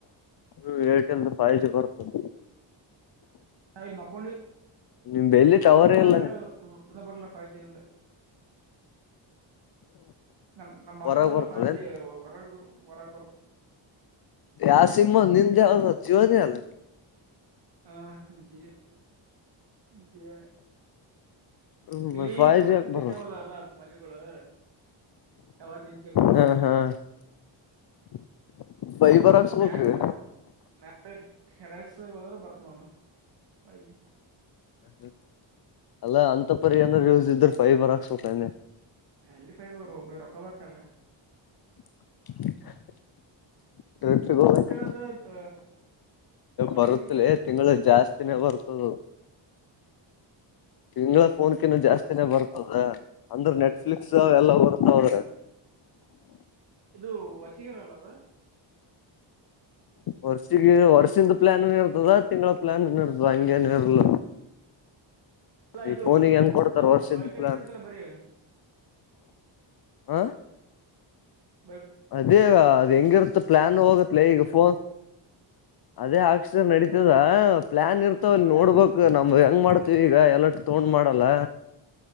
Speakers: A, on the left; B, on the right.
A: ಹ ಏರ್ಟೆಲ್ ದು ಫೈ ಜಿ ಬರ್ತದ
B: ನಾಯಲ್ ಮಕ್ಕೊೊಂಡ
A: ನಿಮ್ದ ಎಲ್ಲಿ ಟವರೇ
B: ರುಮಲಾಗ
A: ಇಲ್ಲ
B: <unintelligible> ಂದ ಬರಲ ಪಾಯಚಿ ನಮಗೆ <unintelligible> ನಮ ನಮ್ಮ
A: ಹೊರಗ್
B: ಆಶ ಬರ್ಲ್ಲ
A: ಬರ್ತದೇನ್
B: ಫೈವ್ ಜಿ ಹೊರ ಹೊರಗೆ ಬರುತ್ತ
A: ಆ ಸಿಿಮಮ್ಮ ನಿಂದೆ ಅವ ಜೀವನ ಅಲ್ಲ
B: ಆ ಜಿಯೋ ಜಿಯೋ
A: ಹ್ಮ್
B: ಇಲ್ಲಿ
A: ಫೈವ್
B: ಪತ್ತತೆವಲ್ಲ
A: ಜಿ ಯಾಕ್ ಬರಲ್ಲ
B: ಅಲ್ಲ ಮನೆಿಗಳು ಟವರ್ ಜಲ್ಲಿಚಾಗಲ್ಲ
A: ಹಾ ಹಾ <inaudible> ಹಾಕ್ಸ್ಬೇಕ್ರಿ
B: ಮ್ಯಾಗ ಮ್ಯಾಗ ಟೆರಕ್ಸ್ ಹೋದ್ರರು ಬರ್ತ್ ನೋಡ ಫೈ ಜಿ
A: ಹ್ಮ ಅಲ್ಲ ಅಂತ ಪರಿ ಏನಾದಾರರು ಯೂಸ್ ಇದ್ರ ಫೈಬರ್ ಹಾಕ್ಸ್ೋಪನೆ
B: ಎಲ್ಲಿಫೈಬ ಅವರುೋಬಿ ರೊಕ್ಕ ಬತ ಅಲ್ಲ
A: <inaudible> ಪ್ಿಗೆ ಹೋಗ್ಬೇಕ
B: ಬರ್ತದ ವರ್ಷಿಗೆ
A: ಬರುತ್ತಲ ತಿಂಗಳು ಜಾಸ್ತಿ <unintelligible> ಬರ್ತದೆ ತಿಂಗಳ ಫೋನ್ಕ್ಕಿಂತ ಜಾಸ್ತಿನೇ ಬರ್ತ ಹೌದ ಅಂದ್ರೆ ನೆಟ್ಫ್ಲಿಕ್ಸ್
B: ಓ-
A: ಎಲ್ಲ ಬರ್ತಾ ಹೋದ್ರೆ
B: ಇದು ವರ್ಷಿಗರಲ್ಲದ
A: ವರ್ಷಗ ವರ್ಷಿಂದ ಪ್ಲಾಾನ ನ್ ಇರ್ತದ ತಿಂಗಳ ಪ್ಲಾಾನ ನ್ ಇರ್ತದ ಹಂಗಗೆನು ಇರ್ಲ
B: ಅಲ್ಲ
A: ಈ
B: ಇದು
A: ಫೋನಿಗೆ ಹೆಂಗ ಕೊಡ್ತಾರ ವರ್ಷ್ದಲ
B: ವೈಫೈ ಇರ್ತಲ್ಲ ಬರೀ
A: ಹಾ
B: ಹ್ಮ
A: ಅದೇಗ ಅದ ಹೆಂಗಿರುತ್ತ
B: ವೈಫೈ
A: ಪ್ಲಾನ್ ಹೋಗತ್ಲ ಈಗ ಫೋನ್ ಅದೇ ಅಕ್ಷರ ನಡೀತದ ಹ ಪ್ಲ್ಲಾನ್
B: ಹ್ಮ್
A: ಇರ್ತಾವ ಅಲ್ಲಿ ನೋಡ್ಬೇಕು ನಮ
B: ಹ್ಮ್
A: ಹೆಂಗ ಮಾಡ್ತೀವಿ ಈಗ ಎಲ್ಲ ತಗೊಂಡ್ ಮಾಡಲ್ಲ